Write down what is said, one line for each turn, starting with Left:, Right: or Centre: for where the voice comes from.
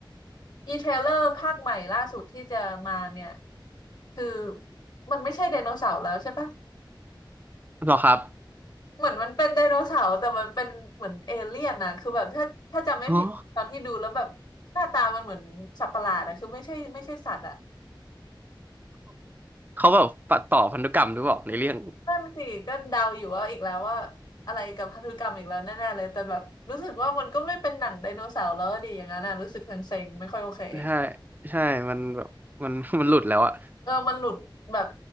Left: อีเทรลเลอร์ภาคใหม่ล่าสุดที่จะมาเนี่ยคือมันไม่ใช่ไดโนเสาร์แล้วใช่ปะ
Right: เหรอครับ
Left: เหมือนมันเป็นไดโนเสาร์แต่มันเป็นเหมือนเอเลี่ยนนะคือแบบถ้าถ้าจำไม่ผิดตอนที่ดูแล้วแบบหน้าตามันเหมือนสัตว์ประหลาดอะคือไม่ใช่ไม่ใช่สัตว์อะ
Right: ฮะ <laughs> เขาแบบปัดต่อพันธุกรรมหรือเปล่าในเรื่อง
Left: นั่นสิก็เดาอยู่ว่าอีกแล้วว่าอะไรกับพันธุกรรมอีกแล้วแน่ๆเลยแต่แบบรู้สึกว่ามันก็ไม่เป็นหนังไดโนเสาร์แล้วดีอย่างนั้นนะรู้สึกเซ็งๆไม่ค่อยโอเค
Right: ใช่ใช่มันแบบมันมันหลุดแล้วอะ
Left: เออมันหลุดแบบ